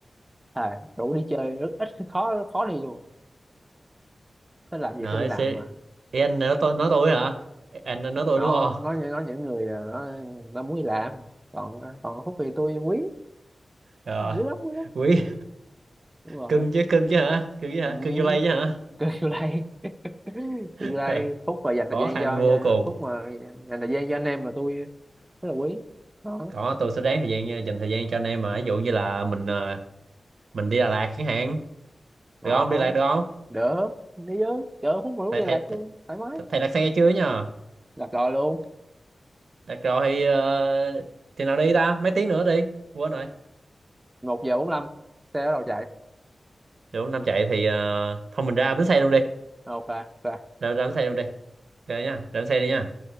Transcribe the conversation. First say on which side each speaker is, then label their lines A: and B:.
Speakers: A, on the right; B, on the right.
A: à, đủ đi chơi rất ít khó khó đi luôn thích làm gì
B: Nói
A: thích đi làm
B: sẽ
A: mà
B: Ê, anh nói tôi nói tôi hả? Anh nói tôi
A: không
B: đúng không?
A: nói nói những người là nó, nó muốn đi làm còn còn Phúc thì tôi quý
B: Rồi,
A: quý lắm quý lắm
B: quý
A: đúng rồi
B: cưng chứ cưng chứ hả? Cưng chứ hả?
A: ừ,
B: Cưng vô lay chứ hả?
A: kêu vô đây <clears throat> tương
B: <laughs>
A: lai Phúc mà dành thời
B: Khó
A: gian
B: khăn
A: cho,
B: vô
A: cho
B: cùng.
A: Phúc mà dành thời gian cho anh em mà tôi rất là quý đó
B: Có tôi sẽ ráng thời gian ờ, dành thời gian cho anh em mà ví dụ như là mình ờ, mình đi Đà Lạt chẳng hạn.
A: đó
B: Được không? Đi Đà Lạt được không?
A: đỡ đi chứ chở Phúc mà lúc
B: Thầy
A: đi
B: thầy
A: lạc tôi
B: thầy,
A: thoải mái
B: thầy đặt xe chưa nhờ?
A: lạc rồi luôn
B: Đặt rồi thì ờ, thì nào đi ta? Mấy tiếng nữa đi. Quên rồi.
A: một giờ bốn mươi lăm xe bắt đầu chạy
B: Được không? Nam chạy thì ờ, thôi mình ra bến xe luôn đi.
A: ok ok
B: Ra ra bến xe luôn đi. Ok nha. Ra bến xe đi nha.